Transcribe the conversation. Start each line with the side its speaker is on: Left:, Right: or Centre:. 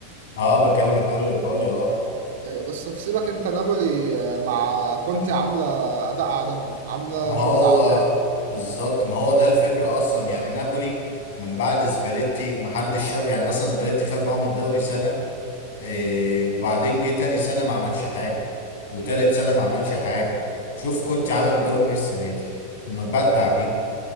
Left: اه بتكلم على الدوري الايطالي اه
Right: ايوه بس في سيبك انت نابولي آه، مع كونتي عامله اداء عالمي عامله
Left: ما هو
Right: شغل عالمي
Left: بالظبط ما هو ده الفكره اصلا يعني نابولي من بعد سباليتي ما حدش شاف يعني اصلا سباليتي خد معاهم الدوري سنه إيه وبعدين جه تاني سنه ما عملش حاجه وتالت سنه ما عملش حاجه شوف كنت عامل بيهم ايه السنه دي مبدع بيه